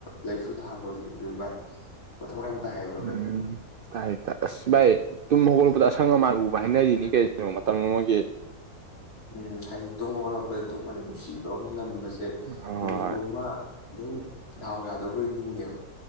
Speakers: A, on the left; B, on the right.
A: ꯂꯩꯁꯨ ꯊꯥꯕ ꯍꯧꯖꯤꯛꯖꯨ ꯚꯥꯏ ꯃꯊꯧ ꯌꯥꯝ ꯇꯥꯏꯌꯦꯕ
B: ꯎꯝ
A: ꯚꯥꯏ
B: ꯇꯥꯏ ꯇ ꯑꯁ ꯚꯥꯏ ꯇꯨꯝ ꯍꯧꯒꯠꯂꯛꯄꯗ ꯑꯁꯪ ꯑꯃꯥꯟ ꯎꯕ ꯍꯥꯏꯅꯔꯤꯅꯤ ꯀꯩꯅꯣ ꯃꯇꯝ ꯑꯃꯒꯤ
A: ꯎꯝ ꯍꯥꯏꯗꯤ ꯇꯨꯝ ꯍꯧꯔꯛꯄꯗ ꯗꯨꯨꯛ ꯃꯅꯝ ꯅꯨꯡꯁꯤꯕ ꯑꯃ ꯅꯝꯕꯁꯦ
B: ꯍꯣꯏ
A: ꯅꯨꯃꯤꯠꯇꯣꯃ ꯑꯗꯨꯝ ꯗꯥꯥꯎ ꯌꯥꯗꯧꯕ ꯅꯤꯡꯉꯦꯕ